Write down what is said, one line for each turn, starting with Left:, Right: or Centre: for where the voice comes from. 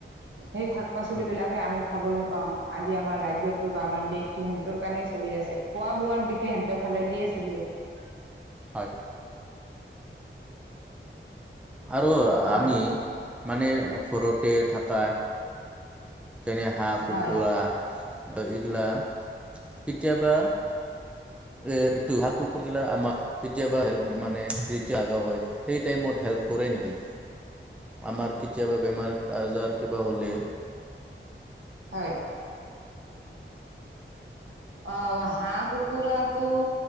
Right: সেই শাক পাচল
Centre: হয়
Right: বিলাকে আমি খাবলৈ পাওঁ আজি আমাৰ ৰাজ্যত বা আমাৰ দেশতটো সিহঁতৰ কাৰণেই চলি আছে খোৱা বোৱাৰ দিশে সিহতৰ ফালে দিয়ে চলি আছে।
Centre: হয় আৰু
Right: হয়
Centre: আমি মানে ঘৰতে থকা তেনে হাঁহ
Right: হয়
Centre: কুকুৰা বা কেতিয়াবা
Right: উ
Centre: এ হাঁহ, কুকুৰ গিলাক আমাক কেতিয়াবাপ মানে দ আগ হয় সেই টাইমত হেল্প কৰে নেকি আমাৰ কেতিয়াবা বেমাৰ আজাৰ কিবা হলে
Right: হয়। অ হাঁহ কুকুৰাটো